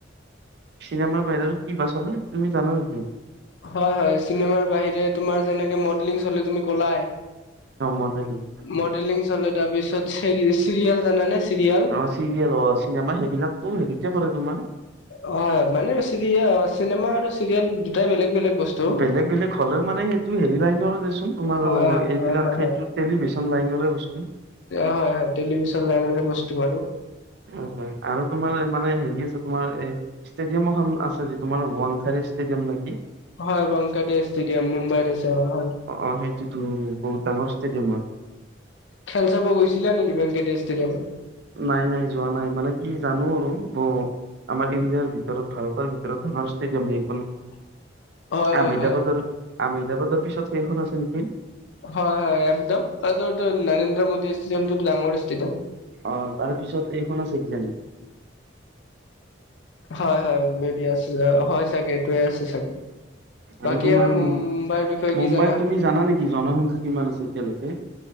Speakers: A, on the right; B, on the left.
A: চিনেমাৰ বাহিৰে আৰু কি বা ছলে তুমি জানা নেকি,
B: হয় হয় চিনেমাৰ বাহিৰে তোমাৰ যেনেকে মডেলিং চলে তুমি কলাই।
A: মডেলিং
B: মডেলিং চলে তাৰ পিছত চ চিৰিয়েল জানানে চিৰিয়েল।
A: অ চিৰিয়েল হ'ল চিনেমা সেইবিলাকো হেৰিতে পৰে তোমাৰ-
B: হয় মানে চিৰিয়া চিনেমা আৰু চিৰিয়েল দুটাই বেলেগ বেলেগ বস্তু।
A: বেলেগ বেলেগ হ'লেও মানে সেইটো হেৰি লাইনৰ দেচোন তোমাৰ
B: হয় হয়
A: এইবিলাক
B: হয় হয়
A: সেইটোত- টেলিভিছন লাইনৰে বস্ত।
B: হয় হয় টেলিভিশন লাইনেৰে বস্তু পাৰোঁ।
A: অ' আৰু তোমাৰ মানে হেৰি আছে তোমাৰ এ, ষ্টেডিয়াম এখন আছে যি তোমাৰ ৱাংখাৰী ষ্টেডিয়াম নেকি।
B: হয় ৱাংকটেশ ষ্টেডিয়াম মুম্বাইত আছে হয়।
A: অ' অ' সেইটোতো বহুত ডাঙৰ ষ্টেডিয়ামত।
B: খেল চাব গৈছিলা নেকি ৱেংকে ষ্টুডিয়ামত।
A: নাই নাই, যোৱা নাই মানে কি জানো আৰু ব। আমাৰ ইণ্ডিয়াৰ ভিতৰত, ভাৰতৰ ভিতৰত ডাঙৰ ষ্টেডিয়াম সেইখন।
B: <unintelligible> <unintelligible>
A: আহমেদাবাদৰ
B: হয়
A: আহমেদাবাদৰ পিছত সেইখন আছে নেকি।
B: হয় হয়, একদমটো নৰেন্দ্ৰ মোদী ষ্টেডিয়ামটো ডাঙৰ ষ্টেডিয়াম।
A: অ' তাৰপিছত এইখন আছে কিজানি।
B: হয় হয়, মে বি আছে জা, হয় চাগে এইটোৱে আছে চাগে। বাকী
A: আৰু তোমাৰ
B: মুম্বাইৰ
A: মূম,
B: বিষয়ে
A: মুম্বাইত
B: কি জানা
A: তুমি জানা নেকি জনসংখ্যা কিমান আছে এতিয়ালৈকে?